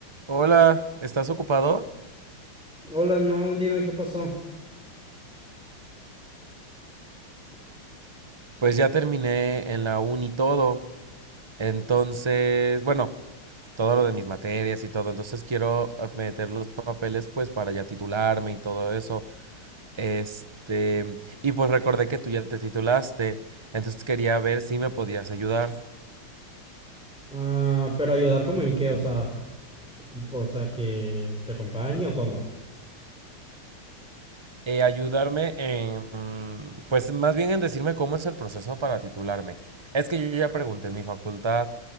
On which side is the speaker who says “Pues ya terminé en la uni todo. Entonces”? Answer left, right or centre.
Right